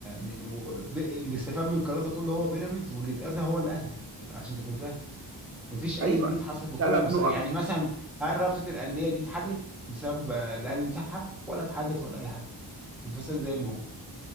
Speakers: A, in the centre; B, on the right.
A: م- و- ب- اللي استفاد من القرار ده كله هو بيراميدز واللي اتأذى هو الاهلي عشان تكون فاهم مفيش اي
B: أيوه
A: جديد حصل في الكره
B: ثلاث
A: المصريه
B: نقط
A: يعني مثلا هل رابطه الانديه دي اتحلت بسبب آه، الاهلي انسحب ولا اتحلت ولا اي حاجه الفساد زي ما هو